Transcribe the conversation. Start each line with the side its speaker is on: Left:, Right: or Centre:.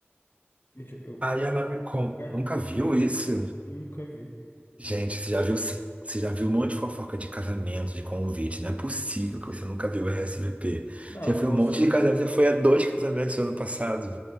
Left: Gente, eu
Right: Aí
Left: nunca
Right: ela me conta, nunca viu
Left: vi,
Right: isso?
Left: nunca vi.
Right: Gente, você já viu, você já viu um monte de fofoca de casamento, de convite. Não é possível que você nunca viu o RSVP.
Left: Não,
Right: Você
Left: eu
Right: já foi
Left: posso.
Right: um monte de casamento, você foi a dois casamentos no ano passado.